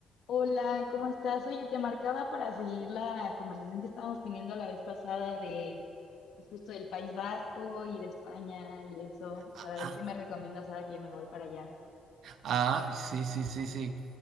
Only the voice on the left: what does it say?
Hola, ¿cómo estás? Oye, te marcaba para seguir la conversación que estábamos teniendo la vez pasada de, pues justo del País Vasco y de España y eso,
para ver qué me recomiendas ahora que me voy para allá.